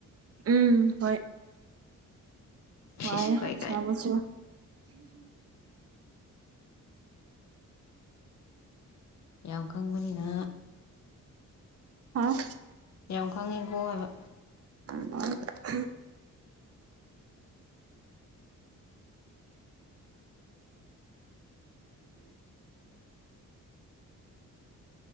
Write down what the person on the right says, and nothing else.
ꯎꯝ ꯍꯣꯏ ꯋꯥꯏꯌꯦ
ꯆꯕꯁꯨ
ꯑꯥ
<unintelligible>